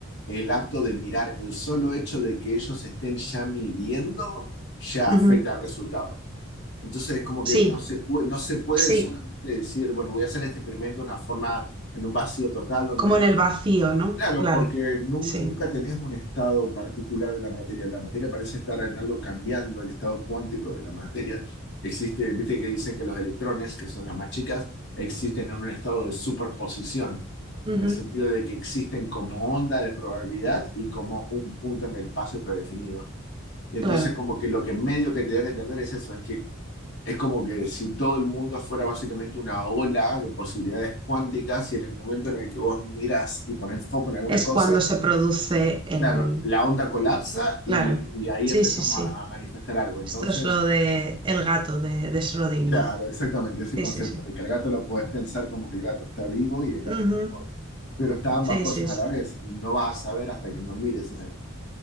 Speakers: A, on the left; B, on the right.
A: el acto de mirar, el solo hecho de que ellos estén ya midiendo, ya
B: ujú,
A: afecta al resultado. Entonces es como
B: sí,
A: que no se puede, no se puede
B: sí.
A: solamente decir, bueno, voy a hacer este experimento de una forma, en un vacío total, donde,
B: Como en el vacío, ¿no?
A: claro,
B: Claro,
A: porque nunca,
B: sí.
A: nunca tenés un estado particular de la materia. La materia parece estar en algo cambiando, el estado cuántico de la materia. Existe, viste que dicen que los electrones, que son las más chicas, existen en un estado de superposición,
B: Ujú,
A: en el sentido de que existen como onda de probabilidad y como un punto en el espacio predefinido. Y entonces
B: Claro.
A: como que lo que medio que te dan a entender es eso, es que es como que si todo el mundo fuera básicamente una ola de posibilidades cuánticas y en el momento en el que vos miras y pones foco en alguna
B: Es
A: cosa,
B: cuando se produce el...
A: claro, la onda colapsa
B: Claro.
A: y, y ahí
B: Sí,
A: empezamos
B: sí, sí.
A: a manifestar algo. Entonces,
B: Esto es lo de el gato de, de Schrödinger.
A: claro, exactamente ese
B: Sí,
A: concepto
B: sí, sí.
A: de que el gato lo podés pensar como que el gato está vivo y el gato
B: Ujú,
A: está muerto, pero está ambas
B: Sí,
A: cosas
B: sí,
A: a
B: sí.
A: la vez y no vas a saber hasta que no mires adentro.